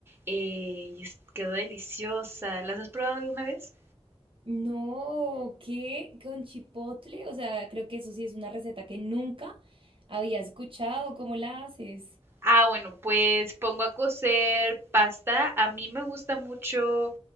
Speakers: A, on the right; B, on the right.
A: eh, y es- quedó deliciosa. ¿Las has probado alguna vez?
B: No, ¿qué? ¿Con chipotle? O sea, creo que eso sí es una receta que nunca había escuchado. ¿Cómo la haces?
A: Ah, bueno, pues pongo a cocer pasta. A mí me gusta mucho